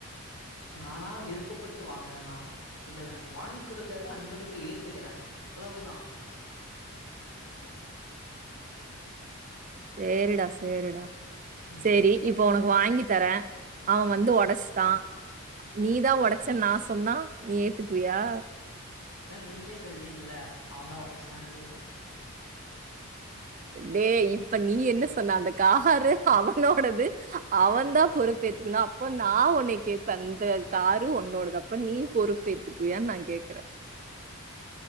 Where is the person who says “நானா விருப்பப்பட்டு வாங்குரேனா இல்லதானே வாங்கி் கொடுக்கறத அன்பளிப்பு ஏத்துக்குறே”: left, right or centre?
Left